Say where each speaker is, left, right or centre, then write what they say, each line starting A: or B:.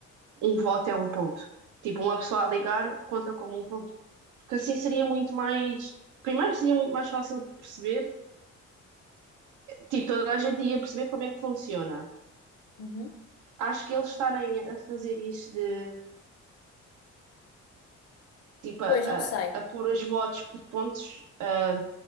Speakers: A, on the right; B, on the left.
A: um voto é um ponto? Tipo, uma pessoa a ligar conta como um ponto. Porque assim seria muito mais. Primeiro, seria muito mais fácil de perceber, tipo, toda a gente ia perceber como é que funciona.
B: Uhum.
A: Acho que eles estarem a fazer isso de, tipo, a,
B: Pois não sei,
A: a, a pôr os votos por pontos, ah,